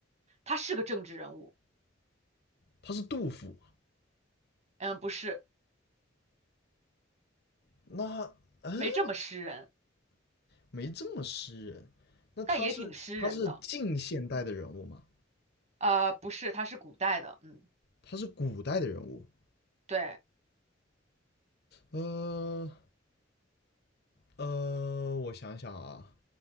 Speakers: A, on the right (about 35°); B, on the left (about 55°).
A: 他是个政治人物，
B: 他是杜甫
A: 嗯，不是，
B: 那嗯，
A: 没这么诗人，
B: 没这么诗人。那他是他是近现代的人物吗？
A: 但也挺诗人的，呃，不是，他是古代的，嗯，
B: 他是古代的人物？
A: 对，
B: 呃呃，我想想啊，